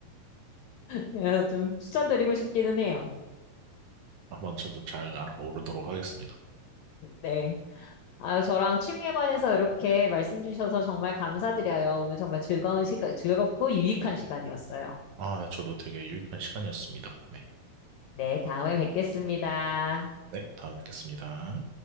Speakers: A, on the left (about 75°); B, on the right (about 70°).
A: 그래서 좀 추천드리고 싶기는 해요.
B: 한번 저도 잘 알아보도록 하겠습니다.
A: 네. 아유, 저랑 취미에 관해서 이렇게 말씀 주셔서 정말 감사드려요. 오늘 정말 즐거운 시간, 즐겁고 유익한 시간이었어요.
B: 아, 저도 되게 유익한 시간이었습니다. 네.
A: 네, 다음에 뵙겠습니다.
B: 네, 다음에 뵙겠습니다.